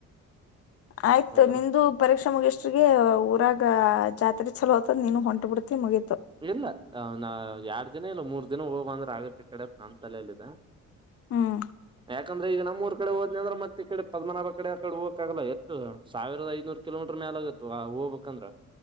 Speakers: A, on the left; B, on the right.
A: ಆಯ್ತು
B: ಹೌದಲ್ಲ
A: ನಿಂದು ಪರೀಕ್ಷೆ ಮುಗಷ್ಟಿಗೆ ಊರಾಗ ಈಗ ಜಾತ್ರೆ ಚಲೋ ಆ್ತದ ನೀನು ಹೊಂಟಟ್ ಬಿಡ್ತಿ ಮುಗತಿ
B: ಇಲ್ಲ ನಾ ಎರ ದಿನ ಇಲ್ಲ ಮೂರ್ ದಿನ ಹೋಗ್ ಅಂದ್ರ ಆಗತ್ತೆ ಕಡೆ ನ ತಲಲ್ಲಿದೆ
A: ಹ್ಮ್
B: ಯಾಕಂದ್ರೆ ಈಗ ನಮ್ಮ ೂರ್ ಕಡೆ ಹೋದ್ ಅಂದ್ರ ಮತ್ತ ಈ ಕಡೆ ಪದ್ಮಮನಾಭ ಕಡೆ ಆ ಕಡೆ ಹೋಗಕಾಗಲ್ಲ ಎಷ್ಟು ಸಾವಿರದ ಐನೂ ಕಿಲೋಮೀಟರ್ ಮೇಾಲ ಆಗತ್ತು ಆ ಹೋಗ್ಬೇಕಂದ್ರ